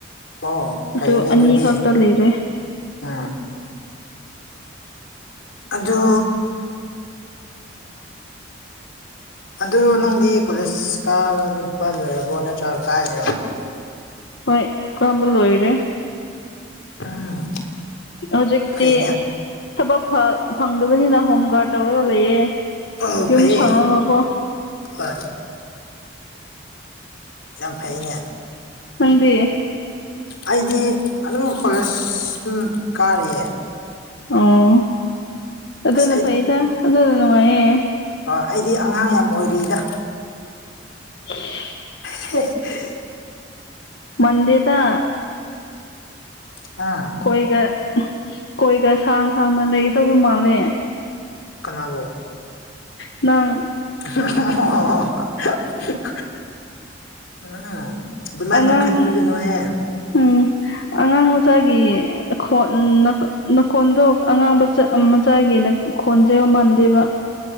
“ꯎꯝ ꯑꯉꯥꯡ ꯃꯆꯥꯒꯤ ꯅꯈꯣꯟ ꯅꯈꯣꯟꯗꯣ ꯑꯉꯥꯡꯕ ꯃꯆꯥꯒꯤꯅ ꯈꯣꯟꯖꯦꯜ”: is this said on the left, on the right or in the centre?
Left